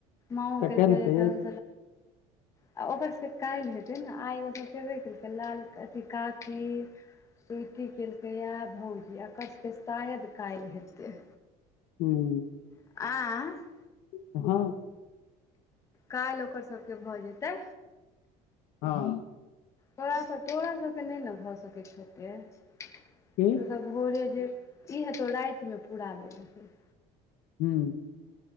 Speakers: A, on the left; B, on the left.
A: माओ
B: कटहल
A: केलकै
B: के
A: तहन आ ओकर स काइल हेतै न आइ ओ सभ केबे केलकै लाल अथी काकी स्वीटी केलकै यै भौजी अकर स केँ शायद काइल हेतै
B: हूं
A: <unintelligible>
B: <unintelligible>
A: काइल ओकर सब कऽ भऽ जेते
B: <unintelligible>
A: तोरा सब तोरा सब कऽ नै न भऽ सकै छौ ओते <inaudible>
B: की
A: तु सब भोरे जे ई हे तो राइत मे पूरा लेब ही
B: हूँ